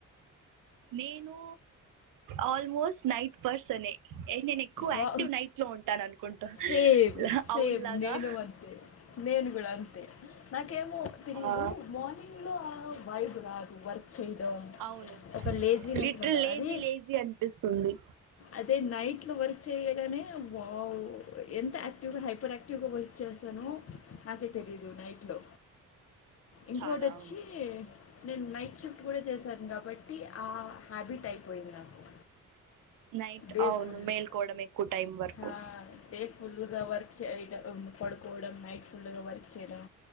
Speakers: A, on the right (about 80°); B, on the left (about 45°).
A: నేను ఆల్మోస్ట్ నైట్ పర్సన్ నేను ఎక్కువ
B: వా
A: యాక్టివ్ నైట్ లో ఉంటాను, అనుకుంటా
B: సేమ్ సేమ్
A: అవుల్లాగా
B: నేను అంతే నేను కూడా అంతే నాకేమో తెలీయదు
A: ఆ
B: మార్నింగ్లో ఆ వైబ్ రాదు వర్క్, చేయడం
A: అవును
B: ఒక లేజీనెస్గా
A: లిటర్ల్
B: ఉంటుంది
A: లేజీ
B: అది
A: లేజీ అనిపిస్తుంది.
B: అదే నైట్ లో వర్క్ చేయగానే వావ్ ఎంత యాక్టివ్ గా హైపర్ యాక్టివ్ గా వర్క్ చే చేస్తాను నాకే తెలీదు నైట్ లో ఇంకోటి
A: చాలా
B: వచ్చి
A: అవును
B: నేను నైట్ చిప్ కూడా చేశాను కాబట్టి ఆ హ్యాబిట్ అయిపోయింది నాకు
A: నైట్
B: డే
A: అవును
B: ఫుల్
A: మేల్కోవడం ఎక్కువ టైం వరకు
B: ఆ డే ఫుల్గా వర్క్ చేయడం పడుకోవడం నైట్ ఫుల్గా వర్క్ చేయడం